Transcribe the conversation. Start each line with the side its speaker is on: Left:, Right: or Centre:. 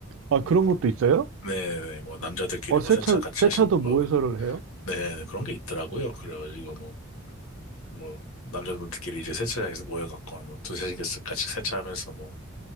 Right: 아,
Left: 뭐,
Right: 그런 것도 있어요?
Left: 네네 뭐 남자들끼리
Right: 어,
Left: 뭐
Right: 세차,
Left: 세차 같이
Right: 세차도
Left: 하실 분
Right: 모여서를 해요?
Left: 네, 그런 게 있더라고요.
Right: 어,
Left: 그래가지고 뭐 뭐 남자분들끼리 이제 세차장에서 모여갖고 한뭐 두세 시간씩 같이 세차하면서 뭐,